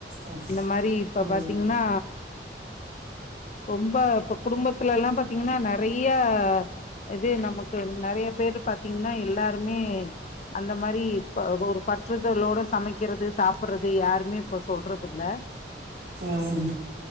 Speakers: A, on the right (about 65°); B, on the left (about 40°).
A: ம்
B: அந்த மாரி இப்ப
A: ம்
B: பாத்தீங்னா ரொம்ப இப்ப குடும்பத்துல எல்லா பாத்தீங்கனா நறையா ஆ‌ இது நமக்கு நறைய பேரு பாத்தீங்கனா எல்லாருமே அந்த மாரி ஒரு பற்றுதலோட சமைக் கிறது சாப்புட்றது யாருமே இப்ப சொல்றதுதில்ல
A: ம்